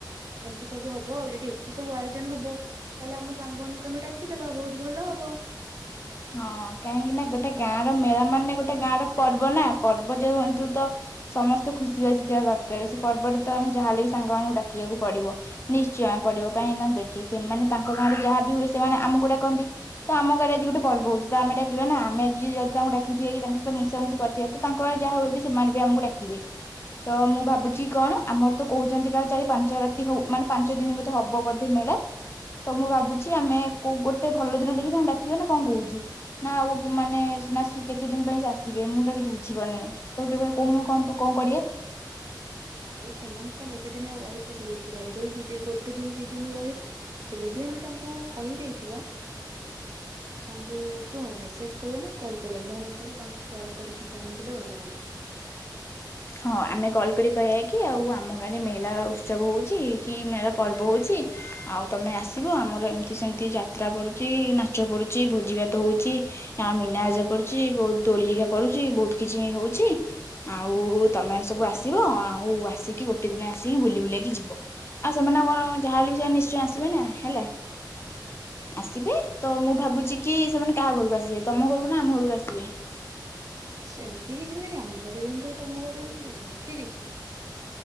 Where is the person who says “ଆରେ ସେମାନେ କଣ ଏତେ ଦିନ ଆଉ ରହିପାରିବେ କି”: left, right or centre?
Right